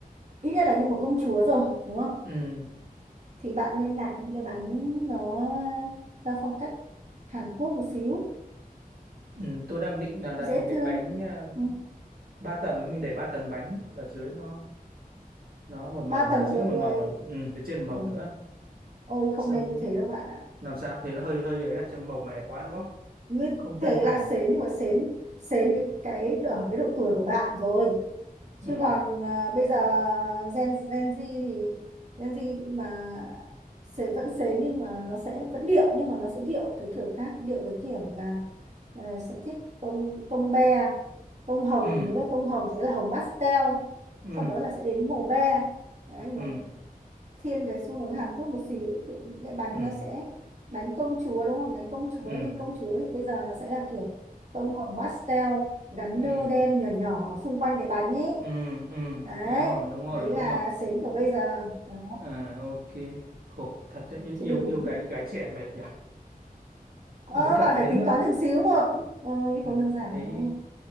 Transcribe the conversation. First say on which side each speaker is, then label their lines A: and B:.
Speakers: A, on the right (about 50°); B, on the right (about 75°).
A: ít nhất là như một công chúa rồi đúng không
B: Ừ.
A: thì bạn nên đặt những cái bánh nó theo phong cách Hàn Quốc một xíu
B: Ừ. tôi đang định là đặt
A: dễ
B: một cái
A: thương
B: bánh à,
A: ừ.
B: ba tầng thì mình để ba tầng bánh ở dưới nó nó một màu
A: ba
B: này
A: tầng
B: ở giữa
A: mười
B: một
A: người
B: màu này ừ, phía trên một màu
A: Ừ.
B: nữa
A: Ôi không
B: xong
A: nên như thế đâu bạn ạ.
B: làm sao thế nó hơi hơi ấy à trông màu mè quá đúng không
A: Như
B: không chân
A: thế
B: thành
A: là
B: à
A: sến nhưng mà sến sến cái cái ở cái độ tuổi của bạn rồi. Chứ
B: ừ
A: còn à, bây giờ Gen Gen Z thì Gen Z mà sẽ vẫn sến nhưng mà nó sẽ vẫn điệu nhưng mà nó sẽ điệu cái kiểu khác, điệu cái kiểu là ờ, sẽ thích tông tông be, tông hồng,
B: ừ
A: nếu là tông hồng thì sẽ là hồng pastel.
B: ừ
A: Sau đó là sẽ đến màu be. Đấy, nó
B: ừ
A: thiên về xu hướng Hàn Quốc một xíu thì những cái bánh
B: ừ
A: nó sẽ bánh công chúa đúng không bánh công chúa
B: ừ
A: nhưng công chúa hiện bây giờ nó sẽ là kiểu tông hồng pastel gắn
B: ừ
A: nơ đen nhỏ nhỏ xung quanh cái bánh ấy
B: ừ ừ
A: đấy
B: đúng rồi đúng rồi
A: đấy
B: đúng
A: là
B: rồi
A: sến kiểu bây giờ đó
B: à ok khổ thật đấy
A: chứ
B: yêu
A: đừng
B: yêu gái gái trẻ mệt nhỉ
A: ờ,
B: nếu cảm
A: bạn phải
B: thấy nó
A: tính toán từng xíu một ơi
B: ừ,
A: không đơn giản
B: thấy
A: đâu